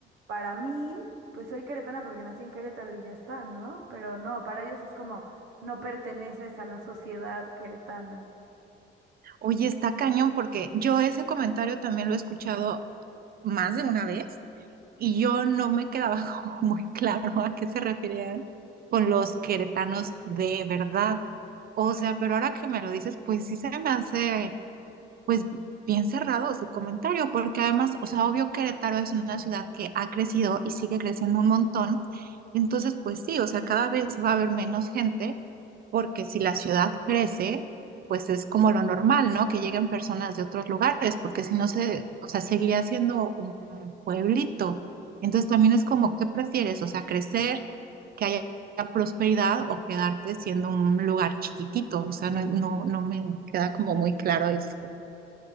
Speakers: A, on the right; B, on the right.
A: Para mí, pues soy queretana porque nací en Querétaro y ya está, ¿no? Pero no, para ellos es como no perteneces a la sociedad queretana.
B: Oye, está cañón porque yo ese comentario también lo he escuchado más de una vez y yo no me quedaba <laughs> como muy claro a qué se referían con los queretanos de verdad. O sea, pero ahora que me lo dices, pues sí se me hace pues bien cerrado su comentario, porque además, o sea, obvio Querétaro es una ciudad que ha crecido y sigue creciendo un montón, entonces pues sí, o sea, cada vez va a haber menos gente, porque si la ciudad crece, pues es como lo normal, ¿no? Que lleguen personas de otros lugares, porque si no se, o sea, seguiría siendo un pueblito. Entonces también es como, ¿qué
A: Mm.
B: prefieres? O sea, crecer, que haya prosperidad o quedarte siendo un lugar chiquitito, o sea, no, no, no me queda como muy claro eso.